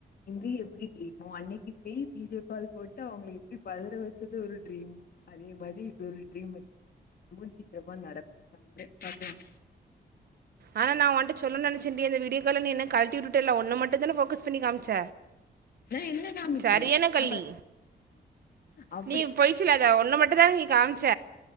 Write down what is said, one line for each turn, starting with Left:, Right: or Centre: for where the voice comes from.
Left: இது எப்டி ட்ரீமோ அன்னைக்கி போய் வீடியோ கால் போட்டு அவுங்கள எப்டி பதற வச்சது ஒரு ட்ரீமோ அதே மாரி இது ஒரு ட்ரீம்மு இருக்கு இதுவு சீக்கிரமா நடக்கும்னு நம்புறே ஓகேங்க
Right: ஆனா நா ஓன்ட்ட சொல்லனு நெனைச்சேன்டி அந்த வீடியோ கால்ல நீ என்ன கழட்டி விட்டுட்டேல உன்ன மட்டுந்தான ஃபோக்கஸ் பண்ணி காமிச்ச
Left: நா என்ன காமிக்கல
Right: சரியான கள்ளி
Left: நா பா அப்டி
Right: நீ பொய் சொல்லாத ஒன்ன மட்டுந் தான நீ காம்ச்ச